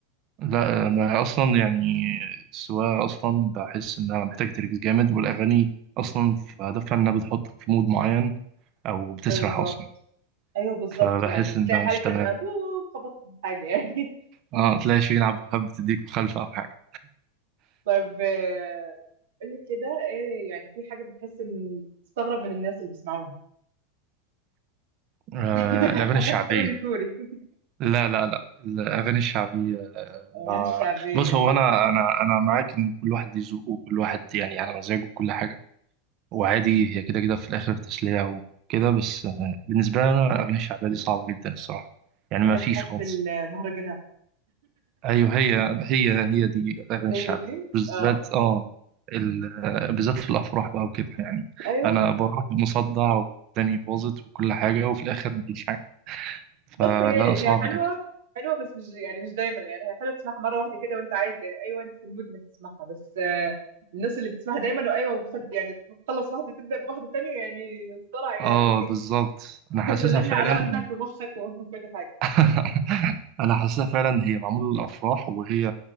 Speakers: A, on the right; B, on the right.
A: لا انا اصلا يعني السواقه اصلا بحس انها محتاجه تركيز جامد والاغاني اصلا في هدفها انها بتحطك في مود معين او بتسرح
B: بالظبط
A: اصلا
B: ايوه بالظبط
A: فبحس
B: يعني بتلاقي
A: انها
B: حالك
A: مش تمام
B: فجأة بوم خبطت في حاجة يعني
A: اه تلاقي شيء يلعب حب بتديك مخالفه او حاجه
B: <laughs> طب آه، قول لي كده ايه يعني في حاجة بتحس ان تستغرب من الناس اللي بيسمعوها
A: آه
B: <laughs> انا
A: الاغاني
B: حاسك
A: الشعبيه
B: هتقول الكوري
A: لا لا لا الاغاني الشعبيه آه،
B: <laughs> الاغاني
A: مع
B: الشعبية
A: بص هو انا انا انا معاك ان كل واحد ليه ذوقه وكل واحد يعني على مزاجه وكل حاجه وعادي هي كده كده في الآخر تسلية وكده بس آه، بالنسبة لي أنا الأغاني الشعبية دي صعبة جدا الصراحة يعني ما
B: انا
A: فيش
B: بحس
A: خالص
B: المهرجانات
A: أيوه هي هي هي دي الأغاني
B: هي
A: الشعبية
B: دي
A: بالذات
B: اه
A: آه ال- آه، بالذات في الأفراح بقى وكده يعني
B: ايوه
A: أنا بروح مصدع وداني باظت وكل حاجة وفي الآخر مفيش حاجة فلا
B: بص هي
A: صعب
B: هي حلوه
A: جدا
B: حلوه بس مش يعني مش دايما يعني هي حلوه تسمعها مره واحده كده وانت عايز يعني ايوه انت في المود انك تسمعها بس آه، الناس اللي بتسمعها دايما وايوه وخد يعني تخلص واحده تبدا بواحده تانية يعني صرع يعني
A: آه بالظبط
B: <laughs>
A: أنا حاسسها
B: سلمني
A: فعلا
B: على اذنك ومخك وكل حاجه
A: <laughs>
B: <laughs>
A: أنا حاسسها فعلا هي معمولة للأفراح وهي